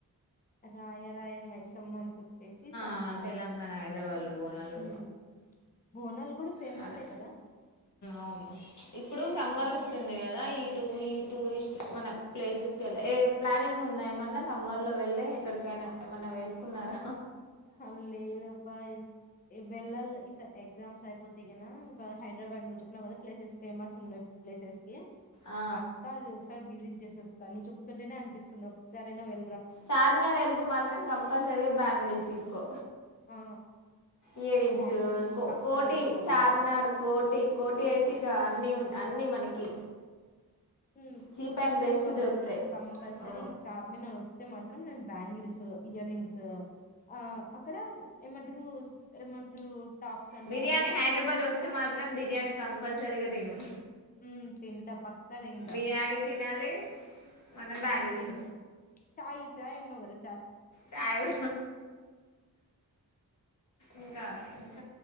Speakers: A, on the left; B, on the left.
A: రాయ రాయ మైసమ్మ అని చెప్పేసి సాంగ్
B: ఆ తెలంగాణ హైదరాబాద్ లో బోనాలు
A: హ్మ్. బోనాలు గూడా ఫేమస్సే
B: చాలా
A: కదా!
B: అవును ఇప్పుడు సమ్మర్
A: హ్మ్.
B: వస్తుంది కదా ఈ టూ ఈ టూ టూరిస్ట్ మన ప్లేసెస్ కెళ్ళ ఏ ప్లానింగ్ ఉంద ఏమన్నా సమ్మర్ లో వెళ్ళి ఎక్కడికైనా ఏమన్నా చేసుకున్నారా
A: అ లేదబ్బా వెెళ్ళ ఈస ఎగ్జామ్స్ అయిపోతయి క ఇంకా హైదరాబాద్ నుూ చున్నావు కదా ప్లేసెస్ ఫేమస్ ఉన్నాయి ప్లేసెస్ కి
B: ఆ
A: పక్కా అది ఒకసారి విజిట్ చేస వస్తాను నువ్వు చెప్తుంటేనే అనిపిస్తుంది ఒకసారినా వె
B: ఛార్మినార్ వెళ్తే మాత్రం కంపల్సరీగా బ్యాంగిల్స్ తీసుకో
A: ఆ
B: ఇయర్ రింగ్సు
A: బ్యాంగిల్స్
B: కో
A: పక్కా
B: కోటి
A: తీసుకోవడమే.
B: చార్మినార్ కోటి కోటి అయితే ఇక అన్నీ ఉన్ అన్నీ మనకి
A: ఉ
B: చీప్
A: నువ్వు చెప్పావ్
B: అండ్ బెస్ట్
A: కాబట్టి
B: దొరుకుతాయి
A: కంపల్సరీ
B: ఓ
A: చార్మినార్ వస్తే మత్ త్రం నేను బ్యాంగిల్సు ఇయర్ రింగ్సు ఓ ఆ అక్కడ ఏమంటారుస్ ఏమంటారు టాప్స్ అంట
B: బిర్యానీ
A: అవి ఇవి
B: హైదరాబాద్
A: తీసుకుంటా?
B: వస్తే మాత్రం బిర్యానీ కంపల్సరీగా తిను.
A: ఉ తింటా పక్ క తింటా
B: బిర్యానీ తినాలి మన బ్యాంగిల్స్
A: ఉ బిరి చాయ్ చాయ్ అన్నావు గద
B: చాయి ఇంకా ఇంక్